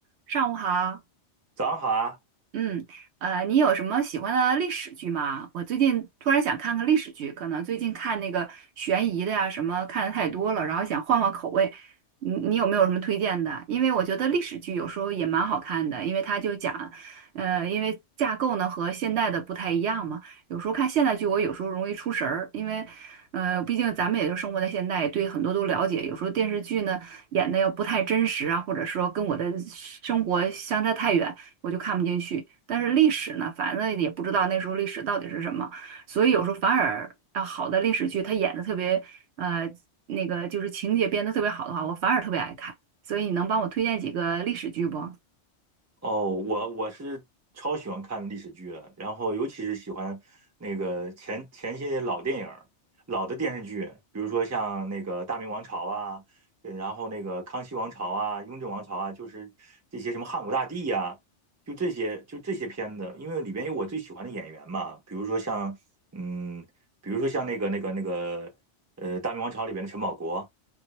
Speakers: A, on the right; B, on the right.
A: 上午好，
B: 早上好啊！
A: 嗯，呃，你有什么喜欢的历史剧吗？我最近突然想看看历史剧，可能最近看那个悬疑的呀、什么看的太多了，然后想换换口味。你你有没有什么推荐的？因为我觉得历史剧有时候也蛮好看的，因为它就讲，呃，因为架构呢和现代的不太一样嘛。有时候看现代剧，我有时候容易出神儿，因为，呃，毕竟咱们也就生活在现代，对很多都了解。有时候电视剧呢演的要不太真实啊，或者说跟我的生活相差太远。我就看不进去。但是历史呢，反正也不知道那时候历史到底是什么，所以有时候反而啊，好的历史剧它演的特别呃那个就是情节编的特别好的话，我反而特别爱看。所以你能帮我推荐几个历史剧不？
B: 哦，我我是超喜欢看历史剧的，然后尤其是喜欢那个前前些老电影儿、老的电视剧，比如说像那个《大明王朝》啊，呃然后那个《康熙王朝》啊、《雍正王朝》啊，就是这些什么汉武大帝呀、就这些就这些片子，因为里边有我最喜欢的演员嘛，比如说像嗯，比如说像那个那个那个呃《大明王朝》里边的陈宝国。